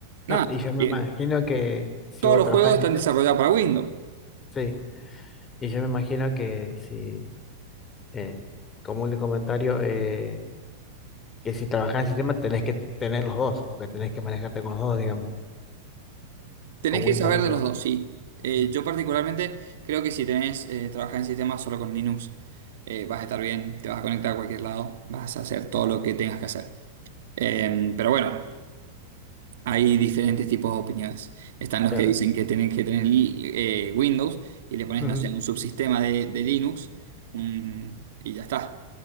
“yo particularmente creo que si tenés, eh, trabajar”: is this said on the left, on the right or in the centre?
Right